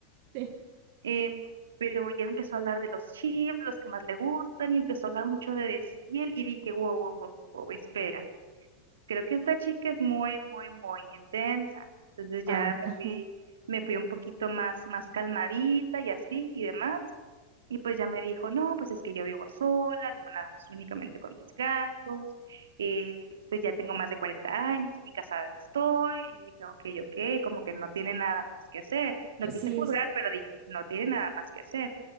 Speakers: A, on the right; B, on the right.
A: Sí.
B: Eh, pero ya me empezó a hablar de los chips, de los que más le gustan, y empezó a hablar mucho de Desfiel, y dije, wow, wow, wow, wow, wow, espera. creo que esta chica es muy, muy, muy intensa. Entonces ya
A: Ah, Ah,
B: me
A: ajá.
B: fui, me fui un poquito más, más calmadita y así y demás. Y pues ya me dijo, no, pues es que yo vivo sola, vivo nada más únicamente con mis gatos, eh, pues ya tengo más de 40 años, ni casada estoy. Y dije, ok, ok, como que no tiene nada más que hacer. No
A: Sí,
B: quise juzgar,
A: es-
B: pero dije, no tiene nada más que hacer.